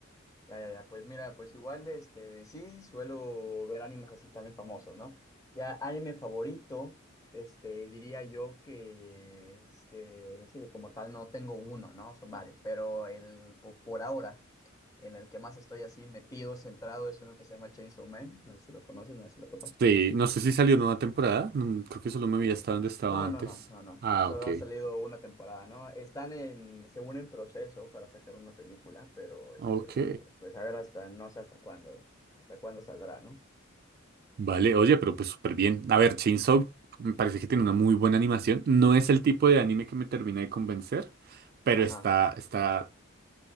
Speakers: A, on the left; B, on the right.
A: Ya, ya, ya, pues mira, pues igual, este, de sí, suelo ver animes así también famosos, ¿no? Ya, anime favorito, este, diría yo que, es que, sí, como tal no tengo uno, ¿no? Son varios, pero el, po- por, ahora, en el que más estoy así metido, centrado, es uno que se llama Chainsaw Man, no sé si lo conoces, no sé si lo topas.
B: Sí, no sé si salió nueva temporada. no, creo que solo me vi hasta donde estaba
A: No,
B: antes.
A: no, no, no, no,
B: Ah,
A: solo
B: ok.
A: ha salido una temporada, ¿no? Están en, según en proceso para sacar una película, pero, este,
B: Ok.
A: pues a ver hasta, no sé hasta cuándo, hasta cuándo saldrá, ¿no?
B: Vale, oye, pero pues súper bien. A ver, Chainsaw me parece que tiene una muy buena animación. No es el tipo de anime que me termina de convencer, pero
A: Ajá,
B: está, está,